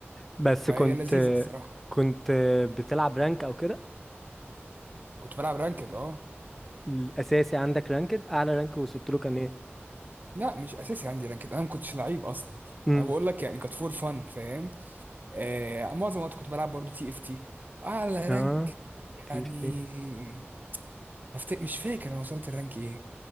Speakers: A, in the centre; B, on the right.
A: بس
B: فهي
A: كنت
B: لذيذه الصراحه
A: كنت بتلعب رانك او كده
B: كنت بلعب رانكد اه
A: الاساسي عندك رانكد اعلى رانك وصلت له كان ايه
B: لا مش اساسي عندي رانكد انا ما كنتش لعيب اصلا
A: امم
B: انا بقول لك يعني كانت فور فن فاهم آه معظم الوقت كنت بلعب برضو تي اف تي اعلى رانك
A: اه
B: يعني
A: تيف تيف
B: بفت... مش فاكر انا وصلت الرانك ايه